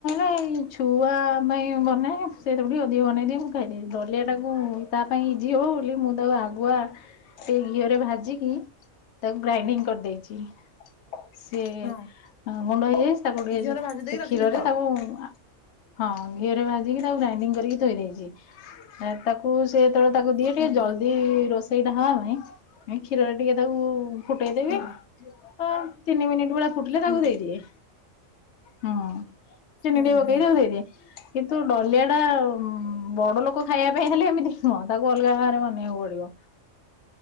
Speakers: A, on the left; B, on the left.
A: ଏଇ ଛୁଆ ପାଇଁ ବନାଏ ସେଇଥିରୁ ଟିକେ ଅଧିକ ବନେଇଦିଏ। କାଇଁ ଡଲିଆ ଟାକୁ ତା ପାଇଁ ଇଜି ହବ ବୋଲି ମୁଁ ତାକୁ ଆଗୁଆ ଟିକେ ଘିଅରେ ଭାଜିକି ତାକୁ ଗ୍ରାଇଣ୍ଡିଙ୍ଗ କରିଦେଇଚି ସିଏ
B: ହଁ
A: ଗୁଣ୍ଡ ହେଇଯାଇଚି ତାକୁ ଟିକେ
B: ଘିଅରେ
A: ସେ
B: ଭାଜି ଦେଇକି
A: ସେ
B: ରଖିଦେଇଥାଅ।
A: କ୍ଷୀରରେ ତାକୁ ଓଃ ହଁ ଘିଅରେ ଭାଜିକି ତାକୁ ଗ୍ରାଇଣ୍ଡିଙ୍ଗ୍ କରିକି ଥୋଇ ଦେଇଚି। ତାକୁ ସେ ଯେତବେଳେ ତାକୁ ଦିଏ
B: ହୁଁ
A: ଟିକେ ଜଲଦି ରୋଷେଇ ଟା ହବା ପାଇଁ ଉଁ କ୍ଷୀରରେ ଟିକେ ତାକୁ ଫୁଟେଇଦେବି
B: ହୁଁ
A: ଅ ତିନି ମିନିଟ ଭଳିଆ ଫୁଟିଲେ
B: ହୁଁ
A: ତାକୁ ଦେଇ ଦିଏ। ହୁଁ ଚିନି
B: ଉଁ
A: ଟିକେ ପକେଇ
B: ହୁଁ
A: ତାକୁ ଦେଇ ଦିଏ କିନ୍ତୁ ଡଲିଆ ଟା ଉମ୍ ଉଁ ବଡ ଲୋକ ଖାଇବା ପାଇଁ ହେଲେ ଏମିତି ନୁହଁ ତାକୁ ଅଲଗା ଭାବରେ ବନେଇବାକୁ ପଡିବ।